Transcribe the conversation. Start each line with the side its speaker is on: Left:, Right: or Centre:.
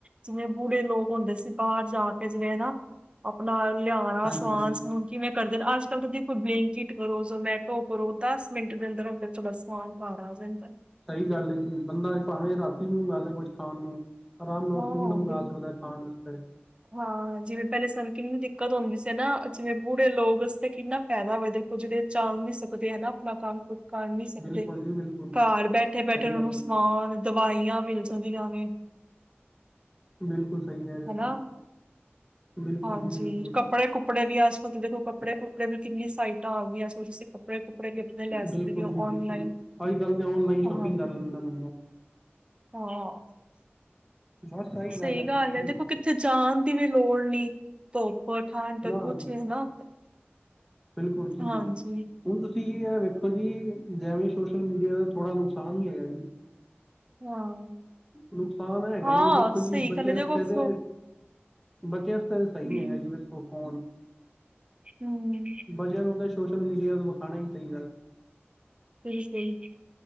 Right: ਜਿਵੇਂ ਬੂੜੇ ਲੋਕ ਹੁੰਦੇ ਸੀ ਬਾਰ ਜਾ ਕੇ ਜਿਵੇਂ ਨਾ ਆਪਨਾ ਲਿਔਨਾ
Centre: ਹਾਂਜੀ
Right: ਸਮਾਨ
Centre: ਹਾਂਜੀ
Right: ਸਮੂਨ ਕਿਵੇਂ ਕਰਦੇ ਨੇ ਅੱਜ-ਕੱਲ ਤਾਂ ਦੇਖੋ ਬਲਿੰਕਿਟ ਕਰੋ ਜ਼ਮੈਟੋ ਕਰੋ ਦਸ ਮਿੰਟ ਦੇ ਅੰਦਰ-ਅੰਦਰ ਚ ਫੋਨ ਪਾਰ ਆ ਜਾਂਦੈ।
Centre: ਸਈ ਗੱਲ ਏ ਜੀ ਬੰਦਾ ਭਾਵੇਂ ਰਾਤੀ ਮੰਗਾ ਲੇ ਕੁਛ ਖਾਨ ਨੂੰ ਆਰਾਮ ਨਾਲ
Right: ਹਾਂ
Centre: ਫੂਡ ਮੰਗਵਾ
Right: ਬਿਲ
Centre: ਸਕਦਾ ਖਾਨ ਵਾਸਤੇ
Right: ਹਾਂ ਜਿਵੇਂ ਪੈਲੇ ਸਾਨੂੰ ਕਿੰਨੀ ਦਿੱਕਤ ਹੋਂਦੀ ਸੀ ਨਾ ਜਿਵੇਂ ਬੂੜੇ ਲੋਕ ਉਸਤੇ ਕੀ ਨਾ ਫੈਦਾ ਹੋਵੇ ਦੇਖੋ ਜੇੜੇ ਚਾਂਗ ਨੀ ਸਕਦੇ ਹਨਾ ਆਪਨਾ ਕੰਮ ਖੁਦ ਕਰ ਨੀ ਸਕਦੇ
Centre: ਬਿਲਕੁਲ ਜੀ ਬਿਲਕੁਲ
Right: ਘਰ ਬੈਠੇ-ਬੈਠੇ
Centre: ਸਹੀ
Right: ਓਨੂੰ
Centre: ਗੱਲ
Right: ਸਮਾਨ
Centre: ਹੈ ਜੀ
Right: ਦਵਾਈਆਂ ਮਿਲ ਜਾਂਦੀਆਂ ਨੇ।
Centre: ਬਿਲਕੁਲ ਸਈ ਕੈ ਰਏ ਓਂ
Right: ਹਨਾ।
Centre: ਜੀ। ਬਿਲਕੁਲ
Right: ਹਾਂਜੀ
Centre: ਜੀ ਬਿਲਕੁਲ
Right: ਕ ਕੱਪੜੇ ਕੁਪੜੇ ਦੀਆਂ ਅਜ-ਕਲ ਦੇਖੋ ਕੱਪੜੇ ਕੁਪੜੇ ਦੀਆਂ ਕਿੰਨੀ ਸਾਈਟਾਂ ਹੋ ਗਈਆਂ ਹੁਨ ਤੁਸੀਂ ਕਪੜੇ ਕੁੱਪੜੇ ਵੀ ਆਪਣੇ ਲੈ
Centre: ਬਿਲਕੁਲ
Right: ਸਕਦੇ ਹੋ
Centre: ਜੀ ਬਿਲਕੁਲ
Right: ਔਨਲਾਈਨ।
Centre: ਅੱਜ-ਕੱਲ ਤੇ ਔਨਲਾਈਨ
Right: ਹਾਂ,
Centre: ਸ਼ੋਪਿੰਗ ਕਰ ਲੈਂਦਾ ਬੰਦਾ।
Right: ਹਾਂ
Centre: ਬਸ ਆਹੀ
Right: ਸਈ
Centre: ਹੈਗੀ
Right: ਗੱਲ
Centre: ਹੈ
Right: ਐ
Centre: ਜੀ
Right: ਦੇਖੋ ਕਿੱਥੇ ਜਾਨ ਦੀ ਵੀ ਲੋੜ ਨੀ, ਧੁੱਪ ਠੰਡ
Centre: ਨਾ
Right: ਕੁਛ
Centre: ਜੀ
Right: ਹਨਾ
Centre: ਬਿਲਕੁਲ ਜੀ।
Right: ਹਾਂਜੀ,
Centre: ਹੁਨ ਤੁਸੀਂ ਐ ਵੇਖੋ ਜੀ ਜੈਵੇਂ ਸੋਸ਼ਲ ਮੀਡੀਆ ਦਾ ਥੋੜਾ ਨੁਕਸਾਨ ਵੀ ਹੈਗਾ ਜੀ।
Right: ਹਾਂ।
Centre: ਨੁਕਸਾਨ ਹੈਗਾ
Right: ਹਾਂ,
Centre: ਜੀ ਵੇਖੋ
Right: ਸਹੀ
Centre: ਜੀ ਬੱਚੇ
Right: ਗੱਲ ਹੈ
Centre: ਰਸਤੇ
Right: ਦੇਖੋ ਫ
Centre: ਤੇ ਬੱਚੇ ਅਜੇ ਤੱਕ ਤਾਂ
Right: ਹੂੰ,
Centre: ਸਈ ਨੇ ਹੈਗਾ ਜੀ ਵੇਖੋ ਫੋਨ
Right: ਹੂੰ
Centre: ਬੱਚੇਆਂ ਨੂੰ ਤੇ ਸੋਸ਼ਲ ਮੀਡੀਆ ਨੂੰ ਵਿਖਾਨਾ ਈ ਚਈਦੈ।
Right: ਸ ਸਈ